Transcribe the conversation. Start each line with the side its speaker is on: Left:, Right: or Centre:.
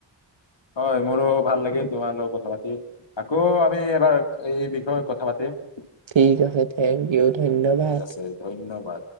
Left: হয়, মোৰো ভাল লাগিল তোমাৰ লগত কথা পাতি আকৌ আমি এবাৰ এই বিষয়ে কথা পাতিম?
Right: ঠিক আছে, থেংক ইউ ধন্যবাদ।
Left: ঠিক আছে ধন্যবাদ